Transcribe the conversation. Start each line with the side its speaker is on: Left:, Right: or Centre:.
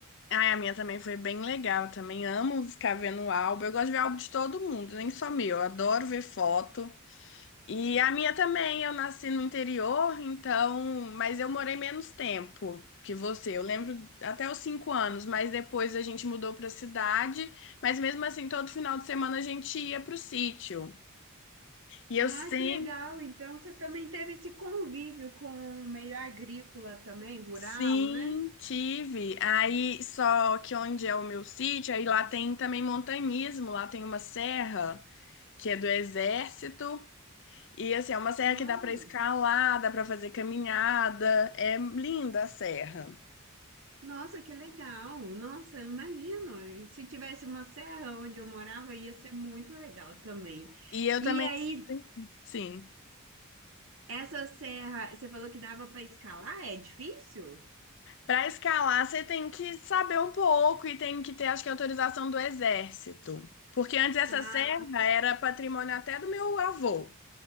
Left: Ai, a minha também foi bem legal. Eu também amo ficar vendo o álbum. Eu gosto de ver álbum de todo mundo, nem só meu. Eu adoro ver foto. E a minha também. Eu nasci no interior, então. Mas eu morei menos tempo que você. Eu lembro até os cinco anos, mas depois a gente mudou para cidade. Mas mesmo assim, todo final de semana a gente ia pro sítio. E eu sempre,
Right: Ah, que legal! Então você também teve esse convívio com o meio agrícola também, rural,
Left: sim,
Right: né?
Left: tive. Aí, só que onde é o meu sítio, aí lá tem também montanhismo, lá tem uma serra que é do exército. E assim, é uma serra
Right: Ah.
Left: que dá pra escalar, dá pra fazer caminhada. É linda a serra.
Right: Nossa, que legal! Nossa, imagino. Se tivesse uma serra onde eu morava, ia ser muito legal também.
Left: E eu
Right: E
Left: também,
Right: aí,
Left: sim. sim.
Right: essa serra, você falou que dava para escalar? É difícil?
Left: Para escalar, você tem que saber um pouco e tem que ter, acho que, autorização do exército. Porque antes essa
Right: Ah,
Left: serra
Right: tá.
Left: era patrimônio até do meu avô.